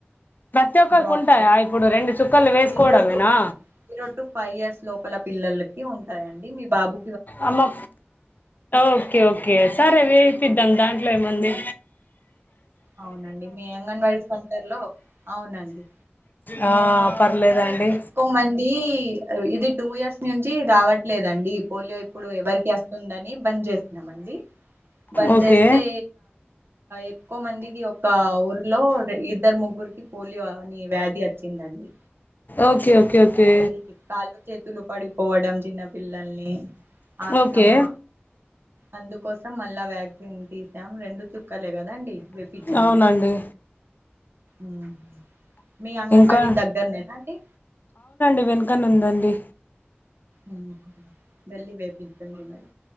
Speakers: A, on the left (about 45°); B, on the right (about 65°).
A: ప్రతి ఒక్కరికి
B: డ్రాప్స్
A: ఉంటాయా ఇప్పుడు రెండు చుక్కలు వేసుకోవడం
B: జీరో టు
A: మేనా
B: జీరో టు ఫైవ్ ఇయర్స్ లోపల పిల్లలకి ఉంటాయండి మీ బాబు
A: అమ్మా ఓకే ఓకే. సరే వేపిద్దాం దాంట్లో ఏం ఉంది.
B: అవునండి మీ అంగన్వాడి సెంటర్లో అవునండి.
A: ఆ, పర్లేదండి
B: ఎక్కువ మంది ఇది టూ ఇయర్స్ నుంచి రావట్. లేదండి ఈ పోలియో ఇప్పుడు ఎవరికి అస్తుందని బంద్ జేసిన్నామండి. బంద్
A: ఓకే
B: జేస్తే ఎక్కువ మందికి ఒక ఊరిలో. ఇద్దరు ముగ్గురికి పోలియో అని వ్యాధి వచ్చిందండి.
A: Okay okay. ఓకే
B: అది కాలు చేతులు పడిపోవడం చిన్నపిల్లల్ని. ఆస్తమా
A: ఓకే
B: అందుకోసం మళ్ళా వ్యాక్సిన్ తీసాం రెండు చుక్క. క్కలే గదండి వేపిచండి.
A: అవునండి
B: ఉమ్ మీ అంగన్వాడి
A: ఇంకా
B: దగ్గరనేనా అండి.
A: ఈ వెనుకనే ఉందండి.
B: ఉమ్ వెళ్ళీ వేపిచండి మరి.